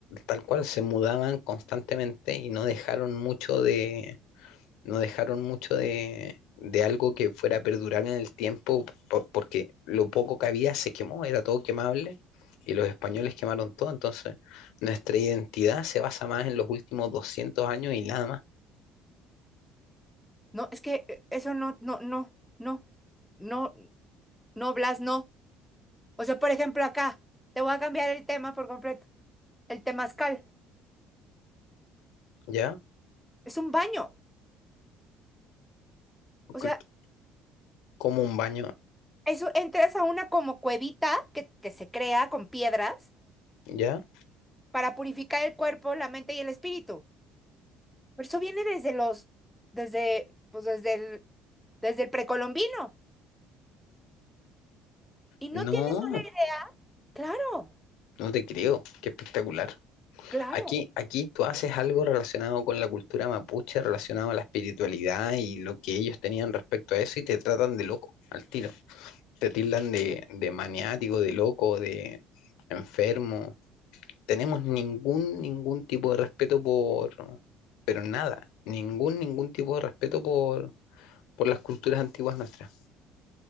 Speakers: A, on the left; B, in the centre.
A: tal cual se mudaban constantemente y no dejaron mucho de no dejaron mucho de, de algo que fuera a perdurar en el tiempo, po- porque lo poco que había se quemó, era todo quemable, y los españoles quemaron todo, entonces nuestra identidad se basa más en los últimos 200 años y nada más,
B: No, es que eh, eso no, no, no, no, no, no, Blas, no. O sea, por ejemplo, acá, te voy a cambiar el tema por completo. El temazcal
A: ¿ya?
B: es un baño. O sea,
A: C- Como un baño,
B: eso entras a una como cuevita que, que se crea con piedras
A: ¿ya?
B: para purificar el cuerpo, la mente y el espíritu. Pero eso viene desde los, desde, pues desde el, desde el precolombino. Y no
A: No,
B: tienes una idea. Claro,
A: no te creo, qué espectacular.
B: claro.
A: Aquí, aquí tú haces algo relacionado con la cultura mapuche, relacionado a la espiritualidad y lo que ellos tenían respecto a eso, y te tratan de loco al tiro. te tildan de, de maniático, de loco, de enfermo. Tenemos ningún, ningún tipo de respeto por, pero nada, ningún, ningún tipo de respeto por, por las culturas antiguas nuestras.